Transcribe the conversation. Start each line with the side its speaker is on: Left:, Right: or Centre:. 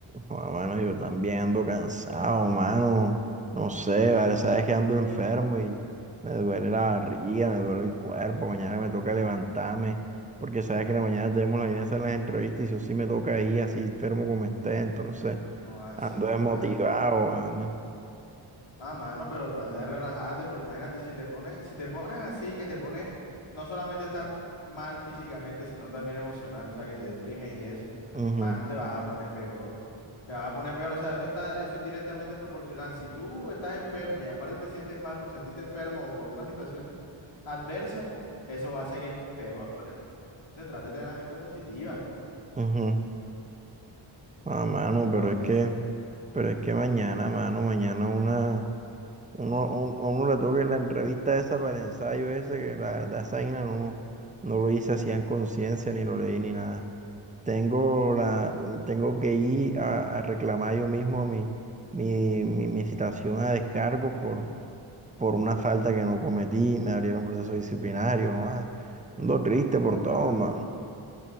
Right: Bueno, mano, yo también ando cansado, mano. No sé, vale, sabes que ando enfermo y me duele la barriga, me duele el cuerpo. Mañana me toca levantarme, porque sabes que en la mañana tenemos la idea de hacer las entrevistas y yo sí me toca ir así enfermo como esté, entonces
Left: Oh, así,
Right: ando desmotivado,
Left: mano.
Right: mano.
Left: Ah, mano, pero trata de relajarte, porque imagínate, si te pones, si te pones así, que te pones, no solamente estás mal físicamente, sino también emocional, o sea, que te deprimes y eso,
Right: Ujú,
Left: mano, no te vas a poner peor. Te vas a poner peor, o sea, eso está, eso es directamente proporcional. Si tú estás enfermo y aparte te sientes mal por sentirte enfermo o por una situación adversa, eso va a seguir en peor. Entonces, trata de tener la mente positiva.
Right: ujú. Ah, mano, pero
Left: Entonces,
Right: es que, pero es que mañana, mano, mañana una. Uno, un- a uno le toca la entrevista esa para el ensayo ese, que la verdad esa vaina no, no lo hice así en conciencia, ni lo leí ni nada. Tengo la, tengo que ir a, a reclamar yo mismo mi, mi, mi, mi citación a descargo por, por una falta que no cometí, me abrieron procesos disciplinarios, joda. Ando triste
Left: no
Right: por
Left: a
Right: todo,
Left: mano,
Right: mano.